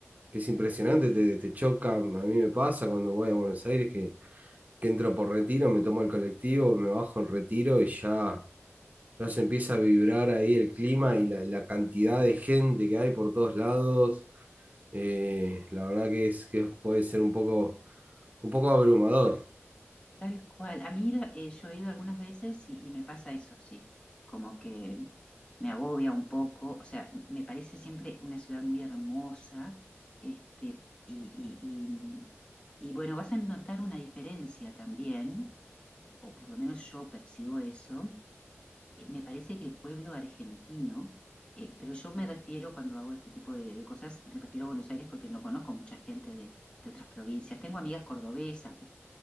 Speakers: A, on the right (about 35°); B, on the left (about 20°).
A: que es impresionante, te, te choca. A mí me pasa cuando voy a Buenos Aires que, que entro por retiro, me tomo el colectivo, me bajo en retiro y ya, ya se empieza a vibrar ahí el clima y la, la cantidad de gente que hay por todos lados. Eh, la verdad que, es, que puede ser un poco, un poco abrumador.
B: Tal cual. A mí eh, yo he ido algunas veces y, y me pasa eso, sí. Como que me agobia un poco. O sea, me parece siempre una ciudad muy hermosa. Este, y, y, y, y bueno, vas a notar una diferencia también, o por lo menos yo percibo eso. Eh, me parece que el pueblo argentino, eh, pero yo me refiero cuando hago este tipo de, de cosas, me refiero a Buenos Aires porque no conozco mucha gente de, de otras provincias. Tengo amigas cordobesas,